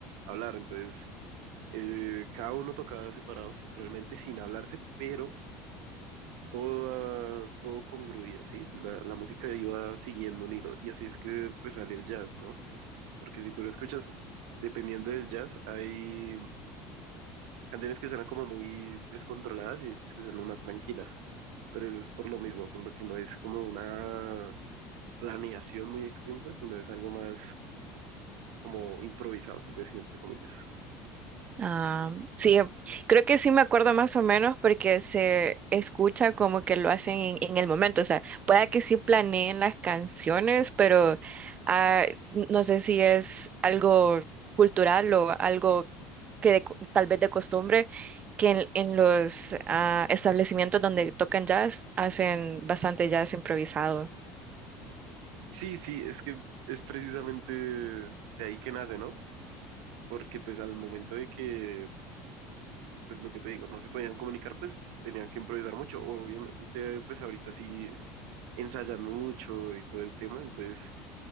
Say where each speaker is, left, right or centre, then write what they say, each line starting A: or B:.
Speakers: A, on the right; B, on the right.
A: hablar. Entonces, eh, cada uno tocaba separado, realmente sin hablarse, pero todo, ah, todo congruía, ¿sí? La, la música iba siguiendo un hilo y así es que pues sale el jazz, ¿no? Porque si tú lo escuchas, dependiendo del jazz, hay canciones que suenan como muy descontroladas y otras que suenan más tranquilas. Pero eso es por lo mismo, por lo que no es como una planeación muy extensa, sino es algo más como improvisado, se puede decir entre comillas.
B: Ah, sí, creo que sí me acuerdo más o menos porque se escucha como que lo hacen en, en el momento. O sea, pueda que sí planeen las canciones, pero ah, no sé si es algo cultural o algo que de co- tal vez de costumbre, que en, en los ah, establecimientos donde tocan jazz hacen bastante jazz improvisado.
A: Sí, sí, es que es precisamente de ahí que nace, ¿no? Porque pues al momento de que, pues lo que te digo, no se podían comunicar, pues tenían que improvisar mucho. Obviamente, pues ahorita sí ensayan mucho y todo el tema, entonces